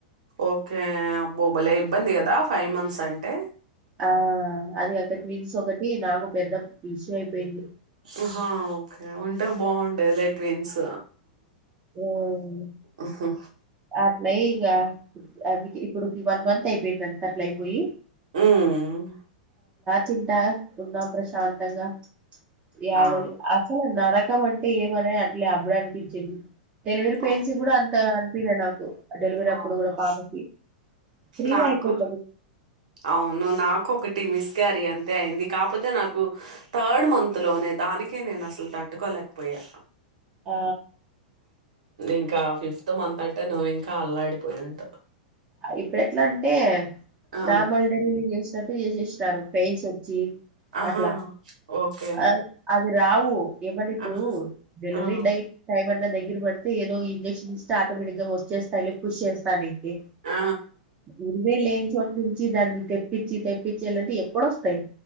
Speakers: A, on the right (about 60°); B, on the right (about 25°).
A: ఓకే అబ్బో బలే ఇబ్బంది కదా ఫైవ్ మంత్స్ అంటే
B: ఆ అది అక్క ట్విన్స్ ఒకటి నాకు పెద్ద ఇష్యూ అయిపోయింది
A: ఆహా ఓకే, ఉంటే బావుండేదే ట్విన్స్
B: ఉమ్
A: హుహు.
B: అట్లయి యా ప్ అదికి ఇప్పుడుకి వన్ మంత్ అయిపోయిందండట్ల అయిపోయి
A: ఉమ్
B: తింట ఉన్నా ప్రశాంతంగా యాడ
A: ఆ!
B: అసలు నర రకం అంటే ఏమోలే అట్లే అప్పుడనిపించింది. డెలివరీ పెయిన్స్
A: అ
B: గూడా అంత అనిపీలే నాకు డెలివరీ అప్పుడు
A: అవును.
B: గూడా పాపకి ఫ్రీగా
A: నాకు
B: అయిపోతది
A: అవును నాకు ఒక టి మిస్ క్యారీ అంతే అయింది, కాపోతే నాకు థాడ్ మంత్ లోనే దానికే నేనసల్ తట్టుకోల్ లేక్పోయా
B: ఆ
A: ఇంకా ఫిఫ్త్ మంత్ అంటే నువ్వు ఇంకా అల్లాడిపోయుంటవు
B: ఇప్పుడెట్లమ్టే
A: ఆ!
B: నార్మల్ డెలివలీ జేసి తట్టు చేసేసినారు పెయిన్స్ ఒచ్చి
A: ఆహా!
B: అట్లా
A: ఓకే.
B: అవ్ అవి రావు ఏమన్నా ఇప్పుడు
A: ఆహ్!
B: డెలివరీ
A: ఆ!
B: డైట్ టైం అన్నా దగ్గర బడితే ఏదో ఇంజెక్షనిస్తే ఆటోమేటిక్ గా వచ్చేస్తాయిలె పుష్ చేస్తానికి
A: ఆ!
B: ఇరివేలేని చోటు నుంచి దాన్ని తెప్పిచి తెప్పిచేయాలంటే ఎక్కడోస్తయి